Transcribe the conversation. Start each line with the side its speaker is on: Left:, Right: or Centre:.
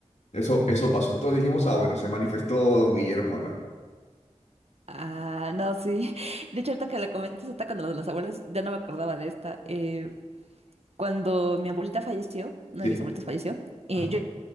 Left: Eso, eso pasó. Entonces dijimos, ah, bueno, se manifestó don Guillermo acá.
Right: Ah, no, sí. <laughs> De hecho, ahorita que la comentas, hasta cuando lo de las abuelas, ya no me acordaba de esta. eh, Cuando mi abuelita falleció, uno
Left: Sí.
Right: de mis abuelitos falleció, eh,
Left: Ajá.
Right: yo, yo